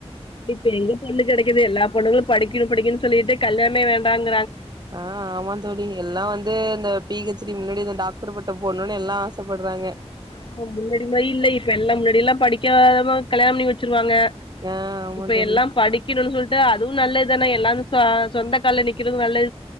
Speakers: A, on the left; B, on the right.
A: இப்ப எங்க பொண்ணு கெடைக்குது எல்லா பொண்ணுகளும் படிக்கணும் படிக்கன்னு சொல்லிட்டு கல்யாணமே வேண்டாங்க
B: ஆ ஆமா தோழி எல்லாம் வந்து இந்த பீ கச் டி முன்னாடி இந்த டாக்டர் பட்டம் போடணும்ன்னு எல்லாம் ஆசப்படுறாங்க
A: ஆஹ முன்னாடி மாதிரி இல்லை இப்ப எல்லாம் முன்னாடி மாரி இல்ல படிக்காத கல்யாணம் பண்ணி வச்சிருவாங்க
B: ஆ ஆமா
A: இப்ப
B: தோழி
A: எல்லாம் படிக்கணும்ன்னு சொல்லிட்டு அதுவும் நல்லது இப்பதான எல்லாரும் சொந்த கால்ல நிக்கிறதும் நல்ல